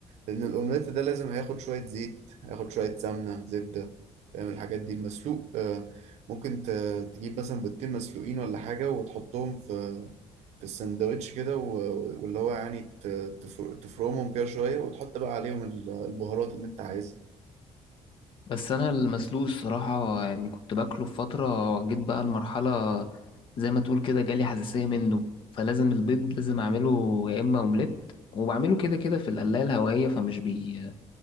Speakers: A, on the right; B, on the left.
A: لأن الأومليت ده لازم هياخد شوية زيت هياخد شوية سمنة زبدة فاهم الحاجات دي المسلوق آه، ممكن ت- تجيب مثلا بيضتين مسلوقين ولا حاجة وتحطهم في في السندوتش كده و- واللي هو يعني ت- تفر- تفرمهم كده شوية وتحط بقى عليهم ال- البهارات اللي أنت عايزها
B: بس أنا المسلوق الصراحة يعني كنت باكله في فترة جيت بقى المرحلة زي ما تقول كده جالي حساسية منه فلازم البيض لازم أعمله يا إما أومليت وبعمله كده كده في القلاية الهوائية فمش بي